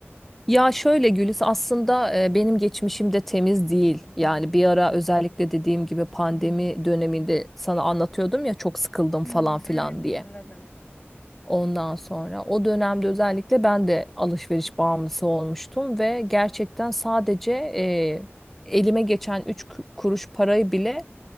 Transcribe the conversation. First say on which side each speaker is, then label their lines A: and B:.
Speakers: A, in the centre; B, on the left.
A: Ya şöyle Güliz aslında e, benim geçmişim de temiz değil. Yani bir ara özellikle dediğim gibi pandemi döneminde sana anlatıyordum ya çok sıkıldım
B: Hmm,
A: falan filan
B: evet
A: diye.
B: hatırladım.
A: Ondan sonra o dönemde özellikle ben de alışveriş bağımlısı olmuştum ve gerçekten sadece e, elime geçen 3 kuruş parayı bile